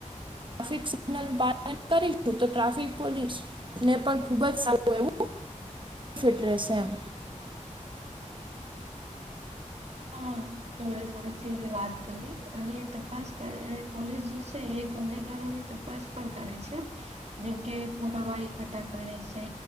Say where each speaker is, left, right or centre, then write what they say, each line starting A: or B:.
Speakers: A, on the right; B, on the right.
A: ટ્રાફિક સિગનલ પાલન કરીશું તો ટ્રાફિક પોલીસ ને પણ ખુબ જ સારું એવું. ફિટરેસ એમ.
B: હા હવે સાચી એવી વાત કરી અને તપાસ કરી પોલીસ. એ ગુનેગારોની તપાસ પણ કરે છે. જેમ કે પુરાવા કઠ્ઠા કરે છે.